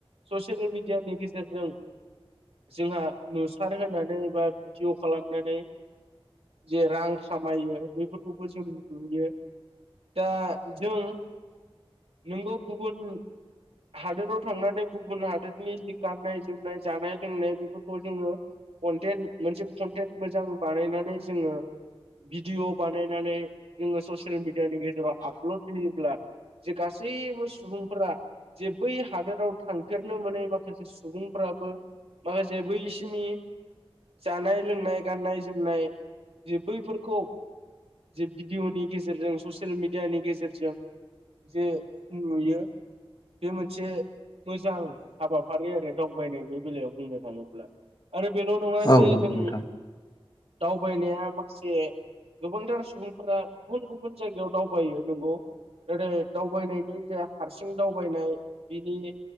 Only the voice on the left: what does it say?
औ
नंगौ
नोंथां